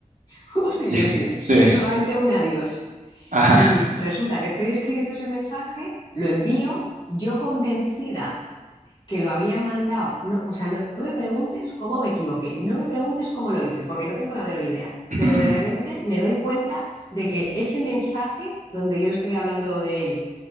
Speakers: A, on the left (about 35°); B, on the right (about 65°).
A: <laughs> hubo silencio,
B: <laughs>
A: so- solamente
B: sí,
A: un adiós.
B: ajá.
A: Y resulta que estoy escribiendo ese mensaje, lo envío, yo convencida que lo había mandado, no, o sea, no, no me preguntes cómo me equivoqué, no me preguntes cómo lo hice, porque no tengo la menor idea,
B: <laughs>
A: pero de repente me doy cuenta de que ese mensaje donde yo le estoy hablando de él